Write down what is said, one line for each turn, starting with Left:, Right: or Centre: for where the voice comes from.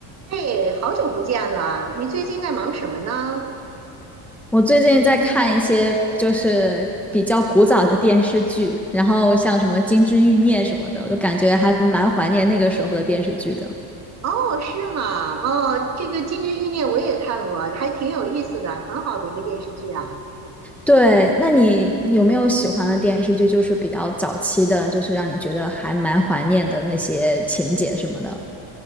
Right: 哎，好久不见了，你最近在忙什么呢？
Centre: 我最近在看一些就是比较古早的电视剧，然后像什么《金枝欲孽》什么的，我就感觉还蛮怀念那个时候的电视剧的。
Right: 哦，是吗？哦，这个《金枝欲孽》我也看过，还挺有意思的，很好的一个电视剧啊。
Centre: 对，那你有没有喜欢的电视剧，就是比较早期的，就是让你觉得还蛮怀念的那些情节什么的？